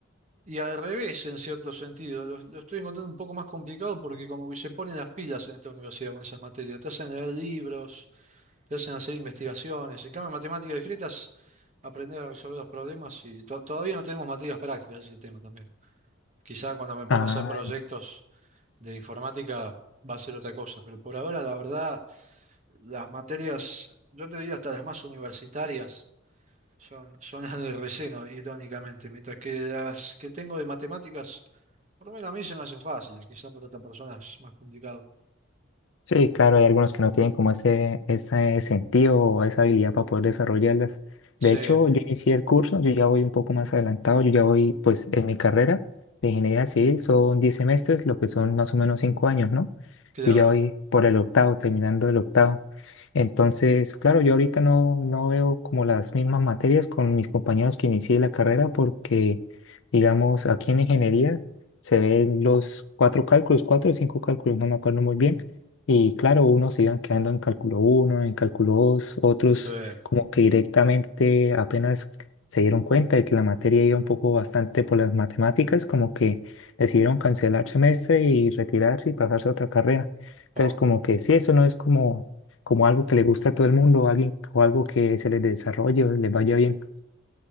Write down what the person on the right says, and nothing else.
Y al revés, en cierto sentido, lo, lo estoy encontrando un poco más complicado porque como que se ponen las pilas en esta universidad con esas materias. Te hacen leer libros, te hacen hacer investigaciones. En cambio, en matemáticas discretas, aprender a resolver los problemas y to- todavía no tenemos materias prácticas, ese tema también. Quizá cuando me ponga
a hacer proyectos de informática va a ser otra cosa, pero por ahora, la verdad, las materias, yo te digo hasta las más universitarias. Son, son las de relleno, irónicamente, mientras que las que tengo de matemáticas, por lo menos a mí se me hacen fáciles, quizá para otras personas es más complicado.
Sí,
claro,
sí.
Oh.